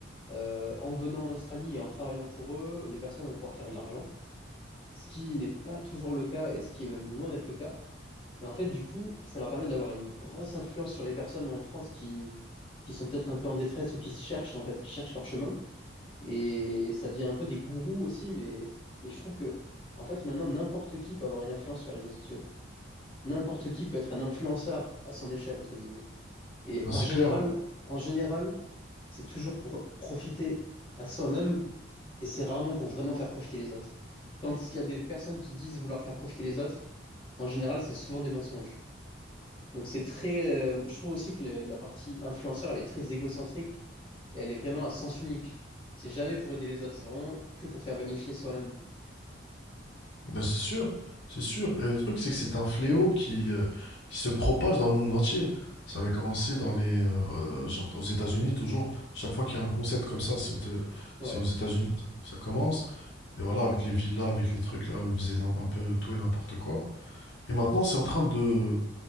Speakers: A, on the left (about 25°); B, on the left (about 70°).
A: euh, en venant en Australie et en travaillant pour eux, les personnes vont pouvoir faire de l'argent, ce qui n'est pas toujours le cas et ce qui est même loin d'être le cas. Mais en fait, du coup, ça leur permet d'avoir une grosse influence sur les personnes en France qui, qui sont peut-être un peu en détresse ou qui se cherchent, en fait, qui cherchent leur chemin. Et ça devient un peu des gourous aussi, mais et je trouve que, en fait, maintenant, n'importe qui peut avoir une influence sur les réseaux sociaux. N'importe qui peut être un influenceur à son échelle, entre guillemets. Et
B: Ben,
A: en
B: c'est
A: général,
B: clair, hein.
A: en général, c'est toujours pour profiter à soi-même et c'est rarement pour vraiment faire profiter les autres. Quand il y a des personnes qui disent vouloir faire profiter les autres, en général, c'est souvent des mensonges. Donc c'est très, euh, je trouve aussi que le- la partie influenceur, elle est très égocentrique et elle est vraiment à sens unique. C'est jamais pour aider les autres, c'est vraiment que pour faire bénéficier soi-même.
B: Ben, c'est sûr, c'est sûr. Et le truc, c'est que c'est un fléau qui, euh, qui se propage dans le monde entier. Ça avait commencé dans les, euh, genre aux États-Unis toujours. Chaque fois qu'il y a un concept comme ça, c'est aux,
A: Ouais.
B: c'est aux États-Unis que ça commence. Et voilà, avec les villas, avec les trucs là où ils faisaient n'im- un peu tout et n'importe quoi. Et maintenant, c'est en train de,